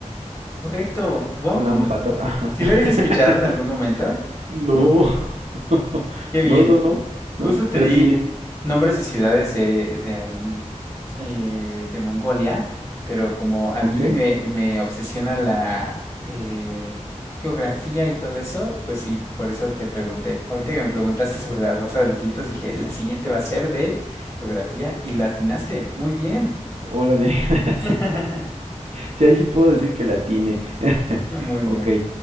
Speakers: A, on the left; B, on the right.
A: Correcto. Wow,
B: Kulan
A: ¿cómo?
B: Bator. ajá. <laughs>
A: ¿Sí la habías escuchado en algún momento?
B: No. <laughs>
A: Qué bien.
B: No, no, no.
A: Justo
B: No,
A: te
B: la
A: di
B: tiene.
A: nombres de ciudades de, de ahí, eh, de Mongolia, pero como a
B: Ok.
A: mí me, me obsesiona la eh, geografía y todo eso, pues sí, por eso te pregunté. Ahorita que me preguntaste sobre la Rosa de los Vientos, dije, la siguiente va a ser de geografía y la atinaste. Muy bien.
B: Órale, <laughs> gracias.
A: <laughs>
B: Sí, ahí sí puedo decir que la tiene. <laughs>
A: Muy bien.
B: Ok.